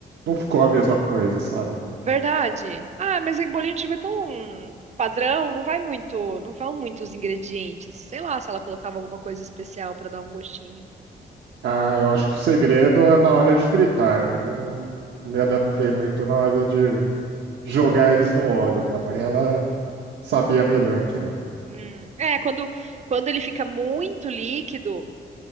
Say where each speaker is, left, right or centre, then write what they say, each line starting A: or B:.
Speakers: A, on the right (about 80°); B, on the right (about 40°).
A: não ficou a mesma coisa, sabe?
B: Verdade. Ah, mas em bolinho de chuva é tão padrão, não vai muito, não vão muitos ingredientes. Sei lá se ela colocava alguma coisa especial pra dar um gostinho.
A: Ah, eu acho que o segredo é na hora de fritar. Eu não me adaptei muito na hora de jogar eles no óleo. Minha mãe, ela sabia melhor que eu.
B: Hum, É, quando, quando ele fica muito líquido.